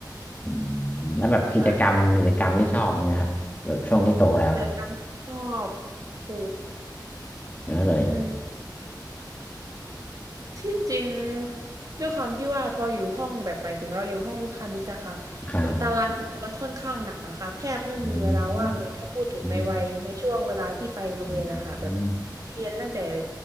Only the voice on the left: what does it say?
อืมแล้วแบบกิจกรรมกิจกรรมที่ชอบมีไหมครับแบบช่วงที่โตแล้ว
เยอะเลย
<laughs> ครับ
อืมอืมอืมอืม